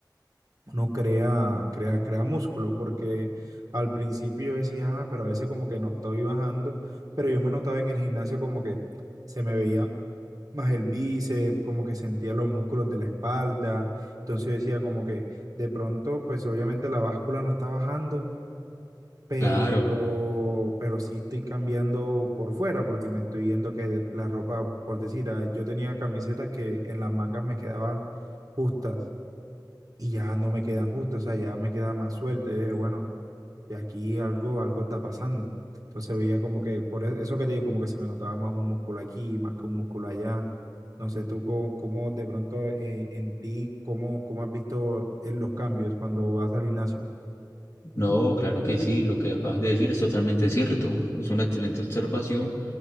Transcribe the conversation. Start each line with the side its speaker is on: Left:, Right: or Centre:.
Right: uno crea, crea, crea músculo, porque al principio yo decía, ah, pero a veces como que no estoy bajando, pero yo me notaba en el gimnasio como que se me veía más el bíceps, como que sentía los músculos de la espalda, entonces yo decía como que... De pronto, pues obviamente la báscula no está bajando, pero,
Left: Claro,
Right: pero sí estoy cambiando por fuera porque me estoy viendo que de- la ropa, por decir, ah, yo tenía camisetas que en las mangas me quedaban justas y ya no me quedan justas, o sea, ya me queda más suelta, eh, bueno, y aquí algo, algo está pasando. Entonces veía como que, por e- eso que te digo, como que se me notaba más un músculo aquí, más que un músculo allá. No sé, tú cómo, cómo de pronto eh, en ti, cómo, cómo has visto eh, los cambios cuando vas al gimnasio.
Left: no, claro que sí, lo que acabas de decir es totalmente cierto. Es una excelente observación